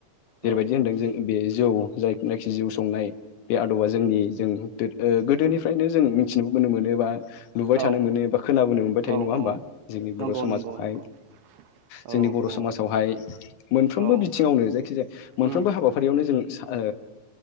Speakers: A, on the left (about 70°); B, on the right (about 65°).
A: जेरैबायदि
B: औ
A: होन्दों जों बे जौ जायनाखि जिउ संनाय बे आदबा जोंनि जों गोदोनिफ्रायनो जों मिथिनोबो मोनो बा नुबाय
B: औ
A: थानो मोनो बा खोनाबोनो मोनबाय
B: औ
A: थायो नङा होमबा
B: औ
A: जोंनि
B: नंगौ
A: बर समाजावहाय
B: नंगौ नंगौ
A: जोंनि
B: औ
A: बर
B: औ
A: समाजावहाय मोनफ्रोमबो
B: औ
A: बिथिंङावनो जायखिजाया मोनफ्रोमबो
B: उम
A: हाबाफारियावनो जों ओ